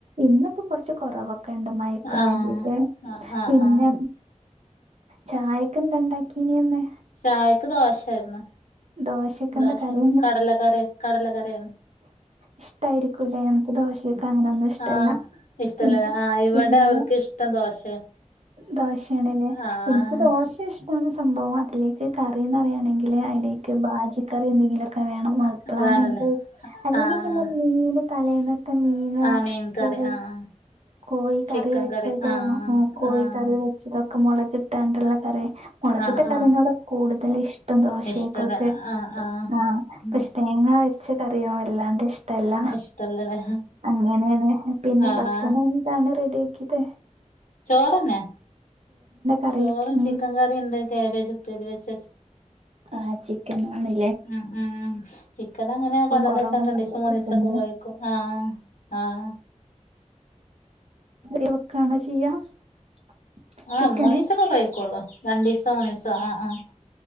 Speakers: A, on the right; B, on the left.
A: ഇന്നിപ്പോ കുറച്ച് കുറവൊക്കെ കണ്ട് മയക്ക
B: ആഹ്
A: വേണ്ടിട്ട്
B: ആഹ് ആഹ്
A: പിന്നെ
B: ആഹ്
A: ചായക്കു എന്താ ഉണ്ടാക്കീന്നെന്ന്
B: ചായക്ക് ദോശായിരുന്നു
A: ദോശക്കെന്താ
B: ദോഷിം
A: കറി
B: കടല കറി കടല കറി
A: ഇഷ്ടായിരിക്കൂല്ലേ എനിക്ക് ദോശയൊക്കെ അങ്ങനൊന്നും ഇഷ്ടല്ല
B: ആഹ് ഇഷ്ടല്ല
A: എനിക്കും
B: ആഹ് ഇവിടെ
A: ഇഡ്ഡലിയാ
B: അവർക്ക് ഇഷ്ടം ദോഷ
A: ദോശയാണല്ലേ
B: ആഹ്
A: എനിക്ക് ദോശ ഇഷ്ടമാണ് സംഭവം അതിലേക്ക് കറിന്ന്റിയയാണെങ്കിൽ അതിലേക്ക് ബാജിക്കറി എന്തെങ്കിലൊക്കെ ക്കെ വേണം മപ്പളാണെങ്കി
B: വേണല്ലേ
A: അല്ലെങ്കിൽ
B: ആഹ്
A: പിന്നെ മീൻ തലേന്ന് ത മീനോ
B: ആഹ് മീൻ
A: കോ
B: കറി
A: <unintelligible>
B: ആഹ്
A: കോഴി കറി
B: ചിക്കൻ
A: വെച്ചതോ
B: ആഹ്
A: ആ കോഴി
B: ആഹ്
A: കറി വെച്ചതൊക്കെ മുളകിട്ടാണ്ടുള്ള കറി മുളകിട്ട
B: ആഹ്
A: കറിനോട്
B: ആഹ്
A: കൂടുതൽ ഇഷ്ടം ദോശയേക്കൊക്കെ
B: ഇഷ്ടല്ല ആഹ് ആഹ്
A: ആഹ
B: ഉം
A: പക്ഷെ തേങ്ങ വ പച്ച കറിയ വല്ലാണ്ട് ഇഷ്ടല്ല
B: ഇഷ്ടള്ളത്
A: അങ്ങനെയാണ് പിന്നെ
B: ആഹ്
A: ാണ് <unintelligible> റെഡി ആക്കിയട്ട
B: ചോറന്നെ
A: കറി?
B: ചോറും
A: മീൻ
B: ചിക്കൻ കറിയും ഉണ്ട് കാബേജ് ഉപ്പേരി വെച്ച
A: ആഹ ചിക്കൻ ആണ്
B: ഉം ഉം ചിക്കൻ അങ്ങനെ കൊണ്ടന്ന
A: കുറവാണല്ലോ
B: വെച്ചാ രണ്ടൂസം മൂന്നൂസംക്കെ
A: കിട്ടുന്നത്
B: ഉപയോഗിക്കും ആ ആഹ
A: അ വെക്കണോ ചെയ്യാ <unintelligible> <unintelligible>
B: ആഹ്
A: ചിക്കന്
B: മൂന്ന് ദിവസം ഒക്കെ കൈക്കൊള്ളു രണ്ട് ദിവസ മൂന്ന് ദിവസ ആഹ ആഹ